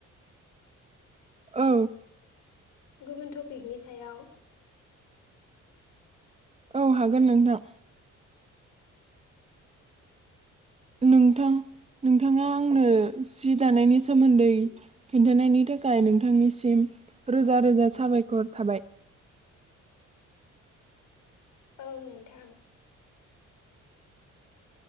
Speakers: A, on the right (about 20°); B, on the left (about 75°).
A: औ।
B: गुबुन टपिकनि सायाव।
A: औ हागोन नोंथां। नोंथां नोंथाङा आंनो सि दानायनि सोमोन्दै खिन्थानायनि थाखाय नोंथांनिसिम रोजा रोजा साबायखर थाबाय।
B: औ नोंथां।